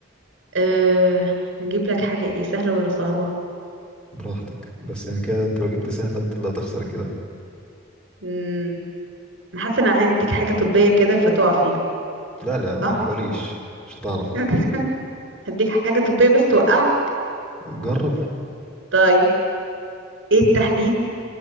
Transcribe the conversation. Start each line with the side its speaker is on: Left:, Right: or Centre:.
Right: أه... نجيب لك حاجه ايه سهله ولا صعبه
Centre: براحتك بس يعني كده انت لو جبت سهلة انت اللي هتخسر كده
Right: امم انا حاسه انا عايزه اديك حاجه طبيه كده فتقع فيها
Centre: لا لا ما
Right: صح
Centre: تحاوليش مش هتعرفي
Right: <laughs> هديك حاجه طبيه بس توقعك
Centre: جربي
Right: طيب ايه التحليل